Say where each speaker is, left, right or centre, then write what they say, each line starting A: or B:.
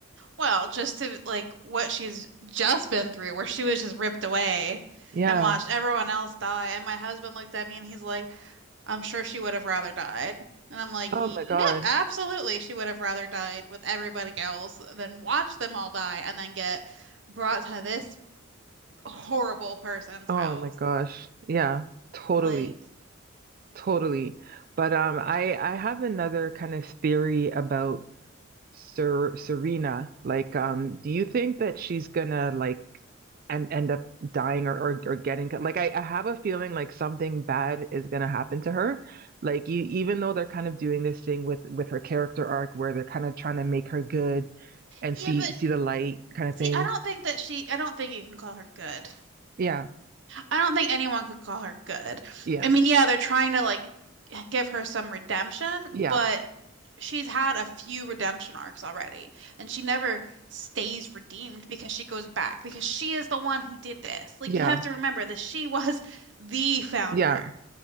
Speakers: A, on the right (about 60°); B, on the right (about 45°).
A: well, just to like what she's just been through, where she was just ripped away
B: Yeah.
A: and watched everyone else die. And my husband looked at me and he's like, I'm sure she would have rather died. And I'm like,
B: Oh
A: yep,
B: my God.
A: absolutely. She would have rather died with everybody else than watch them all die and then get brought to this horrible person's
B: Oh
A: house.
B: my gosh. Yeah. Totally.
A: Like,
B: Totally. But um I I have another kind of theory about Ser Serena. Like um do you think that she's gonna like and end up dying or or, or getting like I, I have a feeling like something bad is gonna happen to her. Like you even though they're kind of doing this thing with with her character arc where they're kind of trying to make her good and
A: yeah,
B: see
A: but
B: see the light kind of
A: see,
B: thing.
A: I don't think that she, I don't think you can call her good.
B: Yeah.
A: I don't think anyone could call her good.
B: Yeah.
A: I mean, yeah, they're trying to like give her some redemption,
B: Yeah.
A: but she's had a few redemption arcs already, and she never stays redeemed because she goes back because she is the one who did this. Like
B: Yeah.
A: you have to remember that she <laughs> was the founder
B: Yeah.